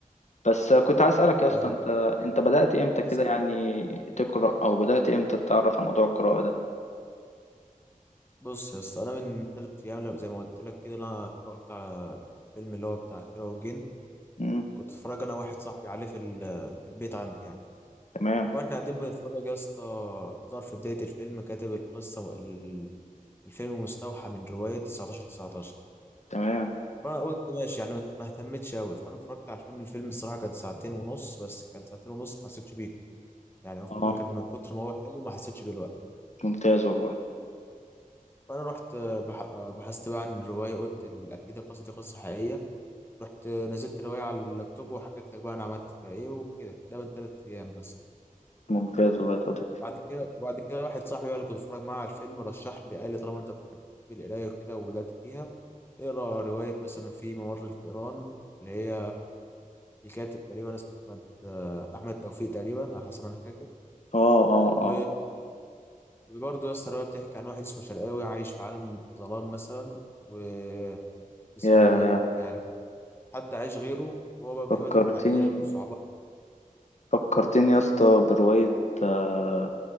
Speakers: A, on the left (about 55°); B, on the left (about 15°).
A: بس كنت عايز
B: طب،
A: أسألك يا
B: آه،
A: اسطى أنت أنت بدأت إمتى كده
B: بس-
A: يعني تقرأ أو بدأت إمتى تتعرف على موضوع القراءة ده؟
B: بص يا اسطى انا من ثلاث ايام لو- زي ما قلت لك كده انا اتفرجت على الفيلم اللي هو بتاع كيرة والجن
A: مم.
B: كنت اتفرج انا واحد صاحبي عليه في ال- في البيت عندي يعني
A: تمام
B: واحنا قاعدين بنتفرج يا اسطى ظهر في بدايه الفيلم كاتب القصه وال- الفيلم مستوحى من رواية 19 19
A: تمام
B: فانا قلت ماشي يعني ما ما اهتمتش قوي فانا اتفرجت على الفيلم الفيلم الصراحه كان ساعتين ونص بس كان ساعتين ونص ما حسيتش بيه يعني هو الفيلم
A: أه
B: كان من كتر ما هو حلو ما حسيتش بيه الوقت
A: ممتاز والله
B: فانا رحت آه، بح... آه، بحثت بقى عن الروايه قلت ال- اكيد القصه دي قصه حقيقيه رحت آه، نزلت الروايه على اللابتوب وحكيت لك بقى انا عملت فيها ايه وكده ده من ثلاث ايام بس
A: ممتاز والله يا صديقي
B: بعد كده وبعد كده واحد صاحبي بقى اللي كنت بتفرج معاه على الفيلم رشح لي قال لي طالما انت بتحب بتحب القرايه وكده وبدات فيها اقرا روايه مثلا في ممر الفئران اللي هي في كاتب تقريبا اسمه احمد آه، احمد توفيق تقريبا على حسب ما انا فاكر
A: أه أه
B: و...
A: أه
B: وبرضه يا اسطى الروايه بتحكي عن واحد اسمه شرقاوي عايش في عالم ظلام مثلا واسمه
A: يا
B: ايه ده يعني حد عايش غيره وهو بقى بيقابل
A: فكرتني
B: تحديات وصعوبات
A: فكرتني يا اسطى برواية آه،